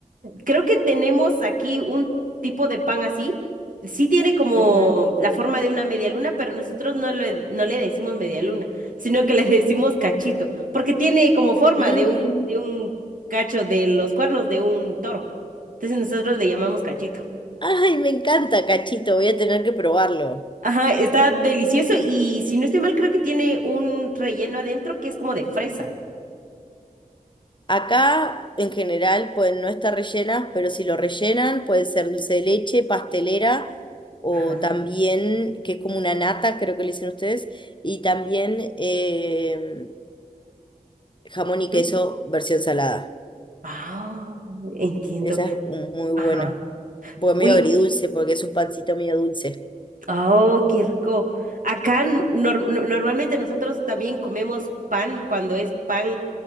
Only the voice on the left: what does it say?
Ujú.
Mm.
Ay, me encanta, cachito, voy a tener que probarlo.
Acá en general pueden no estar rellenas, pero si lo rellenan puede ser dulce de leche, pastelera o
también, que es como una nata, creo que le dicen ustedes, y también eh, jamón
y queso versión salada.
Esa es un- muy buena.
Porque
medio agridulce, porque es un pancito medio dulce.